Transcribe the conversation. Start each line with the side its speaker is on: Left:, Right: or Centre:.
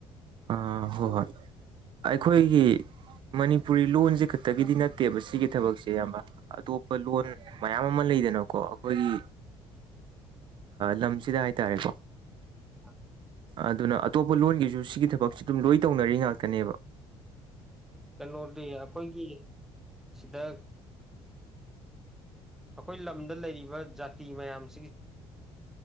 Right: ꯑꯥ ꯍꯣꯏ ꯍꯣꯏ ꯑꯩꯈꯣꯏꯒꯤ ꯃꯅꯤꯄꯨꯔꯤ ꯂꯣꯟꯁꯦ ꯈꯛꯇꯒꯤꯗꯤ ꯅꯠꯇꯦꯕ ꯁꯤꯒꯤ ꯊꯕꯛꯁꯦ ꯑꯌꯥꯝꯕ ꯑꯇꯣꯞꯄ ꯂꯣꯟ ꯃꯌꯥꯝ ꯑꯃ ꯂꯩ ꯄꯤꯒꯅꯣꯀꯣ ꯑꯩꯈꯣꯏꯒꯤ ꯂꯝꯁꯤꯗ ꯍꯥꯏꯇꯥꯔꯦꯀꯣ
Centre: <inaudible>
Right: ꯑꯗꯨꯅ ꯑꯇꯣꯞꯄ ꯂꯣꯟꯒꯤꯁꯨ ꯁꯤꯒꯤ ꯊꯕꯛꯁꯤ ꯑꯗꯨꯝ ꯂꯣꯏ ꯇꯧꯅꯔꯤ ꯉꯥꯛꯇꯅꯦꯕ
Centre: ꯀꯩꯅꯣꯗꯤ ꯑꯩꯈꯣꯏꯒꯤ ꯁꯤꯗ ꯑꯩꯈꯣꯏ ꯂꯝꯗ ꯂꯩꯔꯤꯕ ꯖꯥꯇꯤ ꯃꯌꯥꯝ